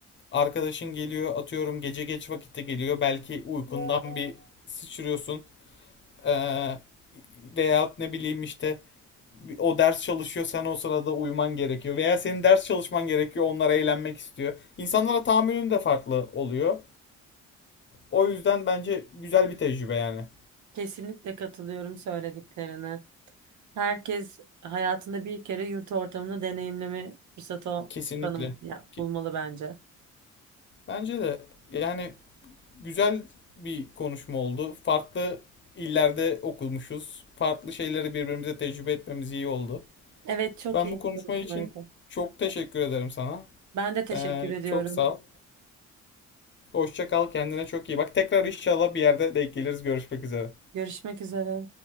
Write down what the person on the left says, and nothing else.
arkadaşın geliyor, atıyorum gece geç vakitte geliyor. Belki uykundan bir sıçrıyorsun. Ee, veyahut ne bileyim işte o ders çalışıyor sen o sırada uyuman gerekiyor veya senin ders çalışman gerekiyor onlar eğlenmek istiyor. İnsanlara tahammülün de farklı oluyor. O yüzden bence güzel bir tecrübe yani.
Kesinlikle.
Ki-
Bence de yani güzel bir konuşma oldu. Farklı illerde okumuşuz. Farklı şeyleri birbirimize tecrübe etmemiz iyi oldu.
Ben
bu konuşma
için çok teşekkür ederim sana.
Ee,
çok sağ ol. Hoşça kal, kendine çok iyi bak. Tekrar inşallah bir yerde denk geliriz. Görüşmek üzere.